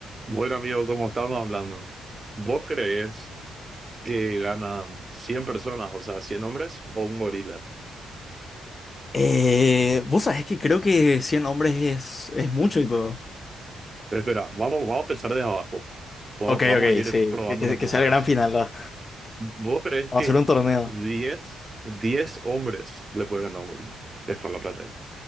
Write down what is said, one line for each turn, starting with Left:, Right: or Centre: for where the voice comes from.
Right: Bueno, amigo, como estábamos hablando, ¿vos creés que ganan 100 personas, o sea, 100 hombres o un gorila?
Left: Eh, vos sabés que creo que 100 hombres es, es mucho y todo.
Right: Espera, vamos, vamos a empezar desde abajo. Va-
Left: Ok,
Right: Vamos
Left: ok,
Right: a ir
Left: sí.
Right: probando
Left: Que, que-
Right: los
Left: que
Right: números.
Left: sea el gran final, ¿verdad?
Right: ¿Vos creés que
Left: Vamos a hacer un torneo.
Right: diez, diez hombres le pueden ganar a un gorila? Es por la plata.